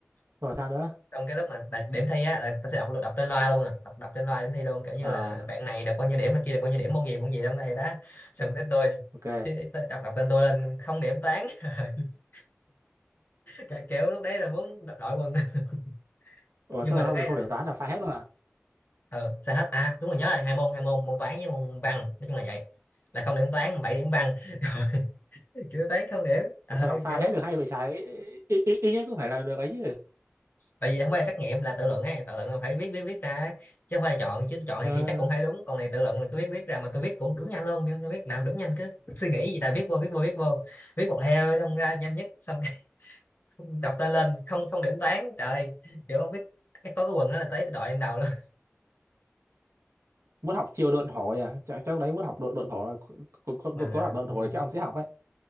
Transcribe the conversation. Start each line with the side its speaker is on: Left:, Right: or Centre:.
Right: rồi sao nữa
Left: trong cái lúc mà tại điểm thi á là tôi sẽ đọc đọc trên loa luôn à đọc đọc trên loa điểm thi luôn kiểu như
Right: à
Left: là bạn này được bao nhiêu điểm bạn kia được bao nhiêu điểm môn gì môn gì trong này đó xong tới tôi
Right: ok
Left: cái- tôi đọc đọc tên tôi lên không điểm toán <laughs> Cái kiểu lúc đấy là muốn đập đội quân <laughs>
Right: ủa
Left: nhưng
Right: sao
Left: mà
Right: không
Left: được cái
Right: được
Left: ờ
Right: không điểm toán làm sai hết luôn à
Left: ờ, sao hết à đúng rồi nhớ rồi hai môn hai môn môn toán với môn văn nói chung là vậy là không điểm toán 7 điểm văn <laughs> rồi kiểu toán không điểm Ờ,
Right: ủa sao làm sai
Left: kiểu
Right: hết được hay vậy trái ít ít ít nhất cũng phải là được ấy chứ
Left: tại vì không phải là trắc nghiệm là tự luận ấy tự luận là phải viết viết viết ra chứ không phải là chọn chứ chọn
Right: Ờ.
Left: thì kia chắc cũng thấy đúng còn này tự luận là cứ viết viết ra mà tôi viết cũng đúng nhanh luôn chứ tôi viết làm đúng nhanh cứ suy nghĩ gì ta viết vô viết vô viết vô viết một heo xong ra nhanh nhất xong cái <laughs> đọc tên lên không không điểm toán trời kiểu không biết cái có cái quần đó là tới tôi đội lên đầu luôn
Right: muốn học chiêu độn thổ nhỉ chắc chắc đấy muốn học độn độn thổ là có có, có,
Left: <laughs> mà
Right: có đoạn độn thổ
Left: ừ,
Right: này chắc ông sẽ học ấy